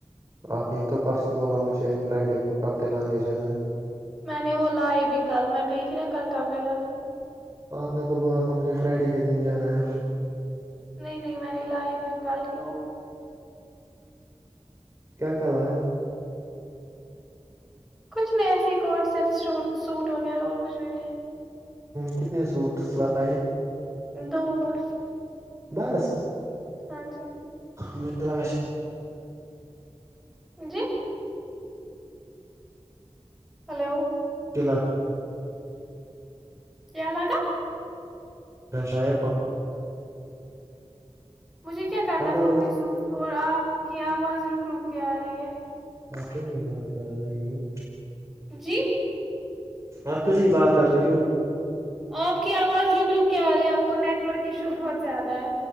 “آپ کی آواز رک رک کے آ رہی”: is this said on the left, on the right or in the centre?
Centre